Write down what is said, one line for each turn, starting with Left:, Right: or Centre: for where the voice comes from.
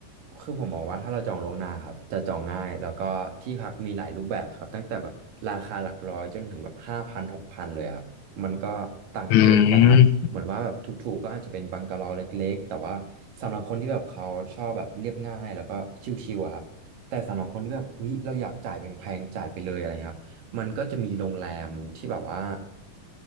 Right: คือผมมองว่าถ้าเราจองล่วงหน้าครับจะจองง่ายแล้วก็ที่พักมีหลายรูปแบบครับตั้งแต่แบบราคาหลักร้อยจนถึงแบบห้าพันหกพันเลยครับมันก็ต่างเกรดกันนะครับเหมือนว่าแบบถูกๆก็อาจจะเป็นบังกะโลเล็กๆแต่ว่าสำหรับคนที่แบบเขาชอบแบบเรียบง่ายแล้วก็ชิลๆอะครับแต่สำหรับคนที่แบบเฮ้ยเราอยากจ่ายแพงๆจ่ายไปเลยอะไรเงี้ยครับมันก็จะมีโรงแรมที่แบบว่า
Left: อืม